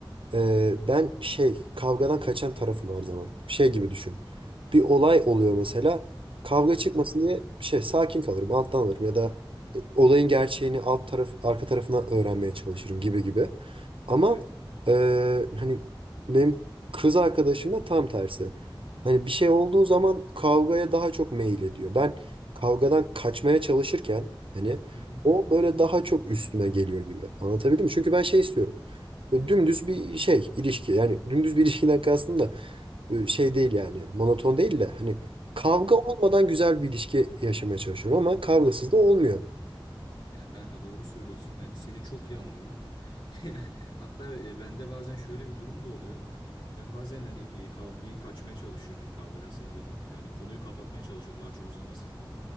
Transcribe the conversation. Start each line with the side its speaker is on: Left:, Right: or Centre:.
Right: Ee, ben şey kavgadan kaçan tarafım her zaman. Şey gibi düşün. Bir olay oluyor mesela. Kavga çıkmasın
Left: Hı hı.
Right: diye şey sakin kalırım, alttan alırım ya da e, olayın gerçeğini alt taraf arka tarafından öğrenmeye çalışırım gibi gibi. Ama
Left: Evet.
Right: eee, hani benim kız arkadaşım da tam tersi. Hani bir şey olduğu zaman kavgaya daha çok meyil ediyor. Ben kavgadan kaçmaya çalışırken hani
Left: Hı hı.
Right: o böyle daha çok üstüme geliyor gibi. Anlatabildim mi? Çünkü ben şey istiyorum. Böyle Dümdüz bir şey ilişki yani dümdüz bir ilişkiden kastım da böyle şey değil yani monoton değil de hani kavga
Left: Hı hı.
Right: olmadan güzel bir ilişki yaşamaya çalışıyorum ama kavgasız da olmuyor.
Left: Ya kanka doğru söylüyorsun. Yani seni çok iyi anlıyorum. <laughs> Hatta e, bende bazen şöyle bir durum da oluyor. Ben bazen hani e, kavgayı kaçmaya çalışıyorum. Hani kavgadan senin dediğin gibi hani konuyu kapatmaya çalışıyorum daha çok uzamasın diye.